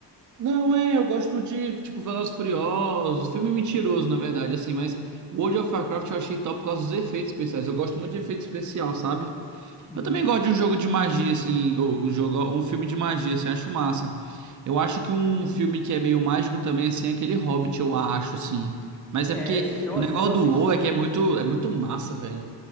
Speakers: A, on the right; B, in the centre.
A: Não, é, eu gosto de, tipo, Velozes e Furiosos, filme mentiroso, na verdade, assim, mas World of Warcraft eu achei top por causa dos efeitos especiais. Eu gosto muito de efeito especial, sabe?
B: Uhum.
A: Eu também gosto de um jogo de magia, assim, ou um jogo, um filme de magia, assim, eu acho massa. Eu acho que um filme que é meio mágico também, assim, é aquele Hobbit, eu acho, assim. Mas
B: É,
A: é porque
B: essa- eu,
A: o
B: assi-
A: negócio
B: eu assisti.
A: do WoW é que é muito, é muito massa, velho.